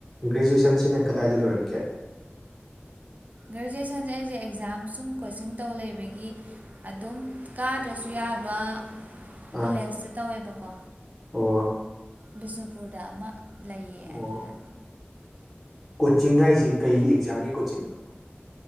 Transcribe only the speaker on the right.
ꯒ꯭ꯔꯦꯖꯨꯑꯦꯁꯟꯁꯦ ꯑꯩꯁꯦ ꯑꯦꯛꯖꯥꯝ ꯁꯨꯝ ꯀꯣꯆꯤꯡ ꯇꯧ ꯂꯩꯕꯒꯤ ꯑꯗꯨꯝ ꯀꯥꯗ꯭ꯔꯁꯨ ꯌꯥꯕ
ꯀꯣꯂꯦꯖꯇ ꯇꯧꯋꯦꯕꯀꯣ
ꯕꯤꯁꯅꯨꯄꯨꯔꯗ ꯑꯃ ꯂꯩꯌꯦ
ꯑꯗꯨꯗ